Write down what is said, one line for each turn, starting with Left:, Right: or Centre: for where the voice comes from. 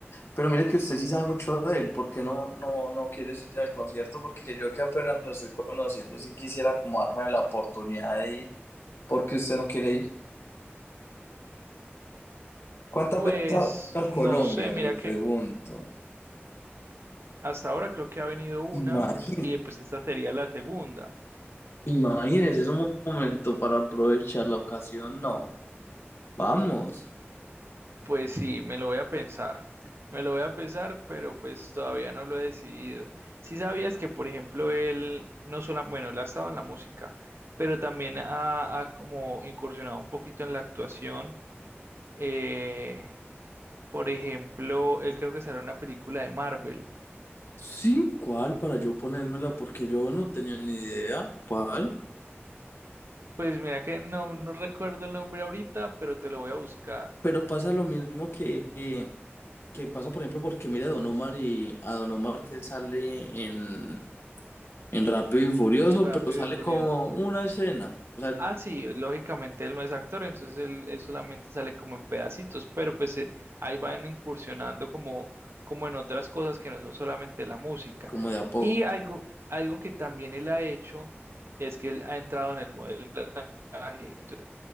Left: Pero mire que usted sí sabe mucho de él, ¿por qué no, no, no quieres ir al concierto? Porque yo que apenas lo estoy conociendo, sí quisiera como darme la oportunidad de ir, porque usted no quiere ir. ¿Cuántas
Right: Pues
Left: veces ha venido a
Right: no
Left: Colombia?
Right: sé, mira
Left: Le pregunto.
Right: que hasta ahora creo que ha venido una
Left: Y más.
Right: y pues esta sería la segunda.
Left: Imagínense, es un momento para aprovechar la ocasión, no. Vamos.
Right: Pues sí, me lo voy a pensar, me lo voy a pensar, pero pues todavía no lo he decidido. Si sabías que, por ejemplo, él no solo, bueno, él ha estado en la música, pero también ha, ha como incursionado un poquito en la actuación. Eh, por ejemplo, él creo que salió en una película de Marvel.
Left: Sí, ¿cuál? Para yo ponérmela, porque yo no tenía ni idea. ¿Cuál?
Right: Pues mira que no, no recuerdo el nombre ahorita, pero te lo voy a buscar
Left: Pero pasa lo mismo que, eh, que pasa, por ejemplo, porque mira a Don Omar y a Don Omar que él sale en, en Rápido y Furioso,
Right: en Rápido
Left: pero sale
Right: y Furioso.
Left: como una escena, o sea,
Right: Ah, sí, lógicamente él no es actor, entonces él, él solamente sale como en pedacitos, pero pues eh, ahí van incursionando como, como en otras cosas que no son solamente la música.
Left: como de a poco.
Right: Y algo, algo que también él ha hecho es que él ha entrado en el modelaje. Entonces,